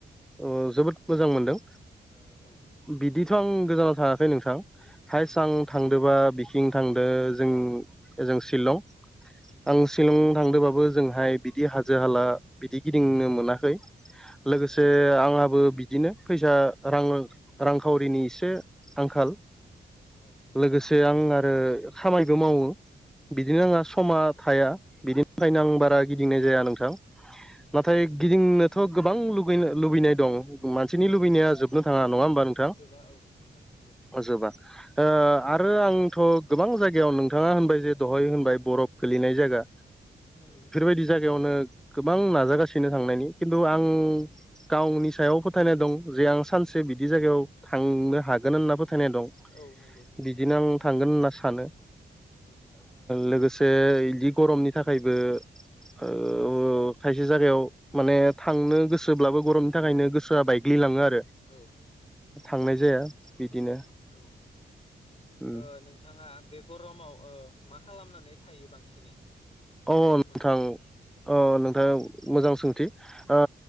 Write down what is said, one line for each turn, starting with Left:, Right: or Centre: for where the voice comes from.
Centre: ओ जोबोद मोजां मोनदों
Left: औ
Centre: बिदिथ' आं गोजानाव थाङाखै नोंथां हाइस्
Left: औ
Centre: आं थांदोंबा। किं थांदो जों जों ओजों शिलं
Left: औ
Centre: आं शिलं थांदोंबाबो जोंहाय। बिदि हाजो हाला बिदि गिदिंनो मोनाखै लोगोसे
Left: औ
Centre: आंहा। बो बिदिनो फैसा रांरां रांखावरिनि एसे आंखाल।
Left: औ औ
Centre: लोगोसे आं। ओ खामायबो मावो बिदिनो आंहा समा थाया बिदिनि थाखायनो आं बारा।
Left: औ
Centre: गिदिंनाय जाया नोंथां नाथाय गिदिंनोथ' गोबां लुबैनो लुबैनाय दं। मानसिनि
Left: औ
Centre: लुबैनाया
Left: औ
Centre: जोबनो थाङा नङा होमबा नोंथां।
Left: जोबा औ नोंथां नंगो
Centre: जोबा ओ आरो आं। थ' गोबां जायगायाव नोंथाङा होनबाय जे दहाय होनबाय बरफ गोलैनाय जायगा।
Left: ओ।
Centre: बिदि जायगायावनो गोबां नागासिनो थांनायनि खिन्थु आं
Left: औ
Centre: गावनि। सायाव फोथायनाय दं जे आं सानसे बिदि जागायाव
Left: औ
Centre: थांनो हागोन होनना फो। थायनाय दं
Left: औ नंगौ नंगौ
Centre: बिदिनो आं थांगोन होनना सानो
Left: औ
Centre: लोगो। से बिदि गरमनि थाखायबो। ओ
Left: औ
Centre: खायसे जायगायाव माने थांनो गोसोब्लाबो। गरमनि थाखायनो गोसोआ बायग्लिलाङो आरो।
Left: औ।
Centre: थांनाय जाया। बिदिनो
Left: औ
Centre: उम
Left: ओ नोंथाङा बे गरमाव ओ मा खालामनानै थायो बांसिनै?
Centre: अ
Left: गरम
Centre: नोंथां
Left: मोनोबा?
Centre: अ नोंथाङ
Left: औ
Centre: मोजां सोंथि ओ